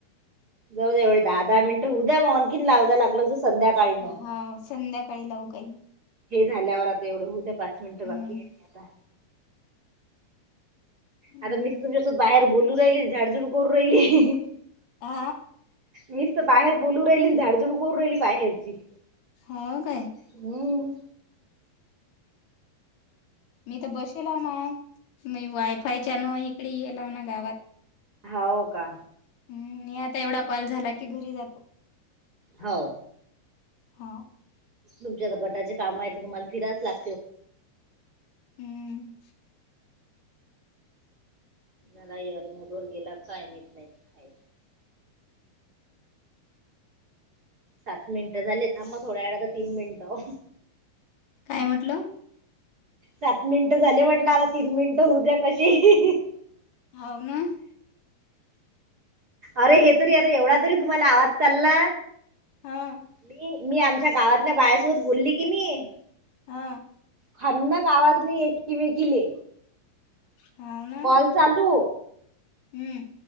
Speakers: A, on the right; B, on the left.
A: जाऊ एवढे दहा दहा मिनट उद्या म्हनखीन लावायला लागल असं संध्याकाळी मग
B: हा संध्याकाळी लावू काही
A: हे झाल्यावर आता एवढं होद्या पाच मिनट बाकी
B: हं.
A: आहेत आता
B: हं.
A: आता मी तुमच्यासोबत बाहेर बोलू राहिली झाडझुड करू राहिली
B: आ
A: मीच तर बाहेर बोलू राहिली झाडझुडू करू राहिली बाहेरची
B: होा काय
A: हम्
B: मी तर बसेलव ना मी वायफायच्यान इकडे येलाव ना गावात
A: हो का
B: हम्म मी आता एवढा कॉल झाला की घरी जातो
A: हो
B: हा
A: तुमच्या आता घटाचे काम आहे तर तुम्हाला फिराच लागतील
B: हम्म
A: आपला एअरमधवर गेला काय माहीत नाही आहे. सात मिनिटं झाले थांब थोड्या वेळात तीन मिनिटं
B: काय म्हटलं.
A: सात मिनिट झाले म्हटलं आता तीन मिनटं होऊ द्या कसेही.
B: हाव ना.
A: अरे, हे तरी आता एवढा तरी तुम्हाला आवाज चालला.
B: हां.
A: मी, मी आमच्या गावातल्या बायासोबत बोली कणी.
B: आ..
A: खान क‌ आवाज नि एकिमेकीले.
B: हावं न.
A: कॉल चालू.
B: हम्म.